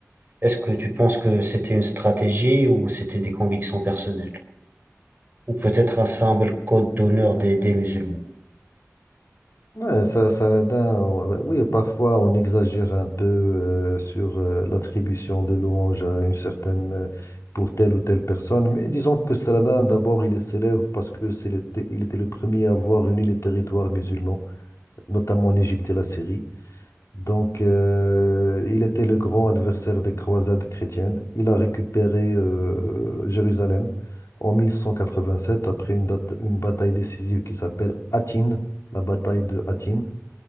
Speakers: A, on the right (about 40°); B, on the left (about 70°).
A: Est-ce que tu penses que c'était une stratégie ou c'était des convictions personnelles? Ou peut-être un simple code d'honneur des des musulmans?
B: Ouais, ça, Saladin, on- bah oui, parfois on exagère un peu euh, sur euh, l'attribution de louanges à une certaine, euh, pour telle ou telle personne, mais disons que Saladin, d'abord, il est célèbre parce que c'est le- il était le premier à avoir réuni les territoires musulmans, notamment l'Égypte et la Syrie. Donc, euh, il était le grand adversaire des croisades chrétiennes. Il a récupéré euh, Jérusalem en 1187 après une, date- une bataille décisive qui s'appelle Hattin, la bataille de Hattin.